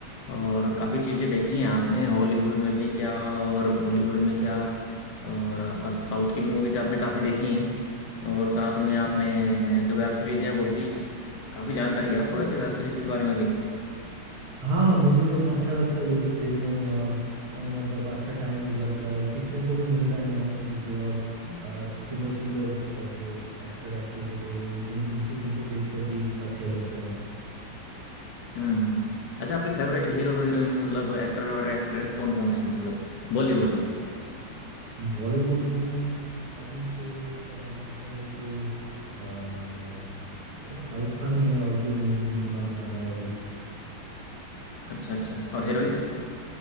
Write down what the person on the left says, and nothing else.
और काफ़ी चीज़ें देखी हैं आपने हॉलीवुड में भी क्या और बॉलीवुड में क्या और आपका साउथ की भी मूवीज़ आपने काफ़ी देखी हैं और साथ में आपने जो वेब सीरीज़ हैं वो भी काफ़ी जानकारी है आपको वैसे वेब सीरीज़ के बारे में भी
<clears throat>
हम्म हम्म। हम्म। अच्छा आपके फेवरेट हीरो हीरोइन मतलब एक्टर और एक्ट्रेस कौन कौन है मतलब बॉलीवुड में
अच्छा अच्छा और हीरोइन